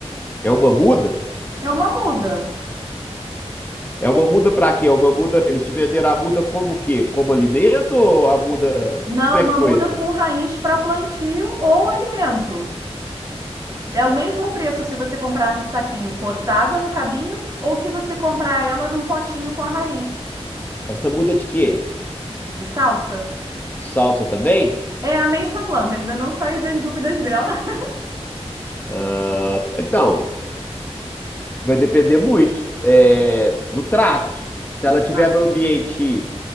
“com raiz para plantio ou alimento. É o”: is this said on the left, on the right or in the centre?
Right